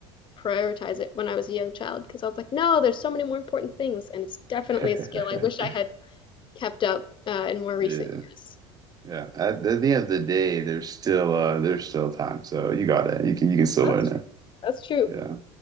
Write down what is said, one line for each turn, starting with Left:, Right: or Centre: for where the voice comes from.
Left: prioritize it when I was a young child because I was like, no, there's so many more important things. And it's definitely
Right: yeah,
Left: a skill I wish I had
Right: <laughs>
Left: kept up uh, in more recent
Right: yeah.
Left: years.
Right: yeah. At, at the end of the day, there's still uh, there's still time, so you got it. You can you can still
Left: That's
Right: learn it.
Left: true. That's true.
Right: Yeah.